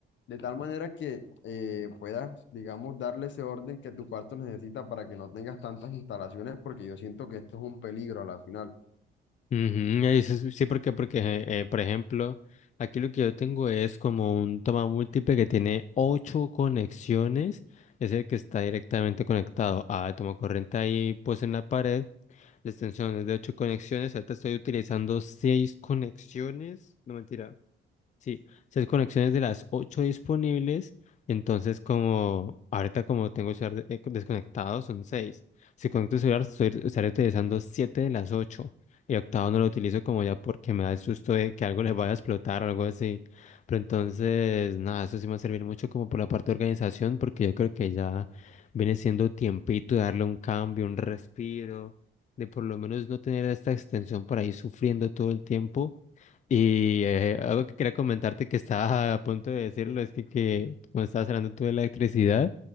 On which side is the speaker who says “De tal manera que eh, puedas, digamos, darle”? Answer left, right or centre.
Left